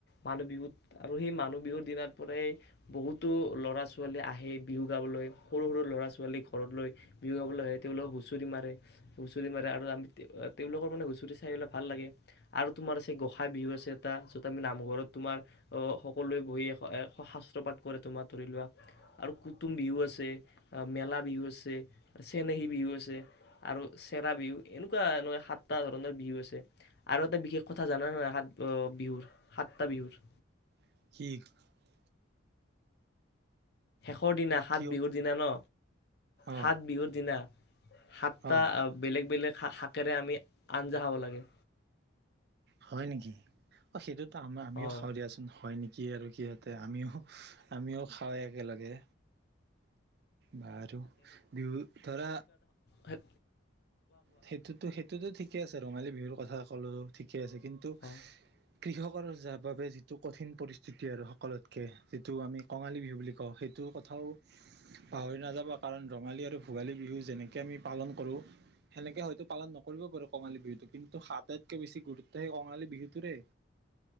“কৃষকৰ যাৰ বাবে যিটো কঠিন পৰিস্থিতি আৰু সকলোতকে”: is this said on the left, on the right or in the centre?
Right